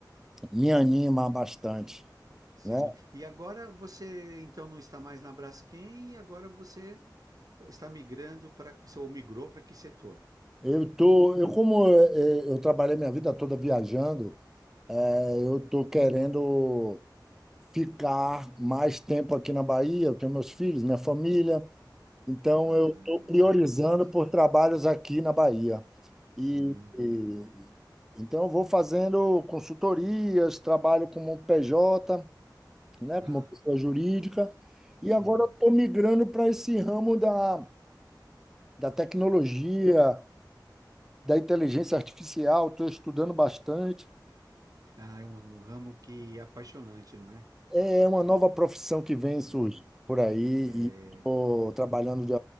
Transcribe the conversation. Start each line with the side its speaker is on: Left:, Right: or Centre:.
Centre: me anima bastante,
Right: sim.
Centre: né?
Right: E agora você então não está mais na Braskem e agora você está migrando para que ou migrou para que setor?
Centre: Eu tô, eu como eh, eh, eu trabalhei minha vida toda viajando, eh, eu tô querendo ficar mais tempo aqui na Bahia, eu tenho meus filhos, minha família, Então,
Right: Ah,
Centre: eu estou priorizando
Right: isso é importante.
Centre: por trabalhos aqui na Bahia.
Right: Sim,
Centre: E, e- então, eu vou fazendo consultorias, trabalho como PJ, né,
Right: tá,
Centre: como pessoa jurídica, e
Right: sim.
Centre: agora estou migrando para esse ramo da, da tecnologia, da inteligência artificial, estou estudando bastante.
Right: Ah, é um, um ramo que é apaixonante, não é?
Centre: É uma nova profissão que vem surgindo
Right: É,
Centre: por aí,
Right: é.
Centre: e estou trabalhando, de,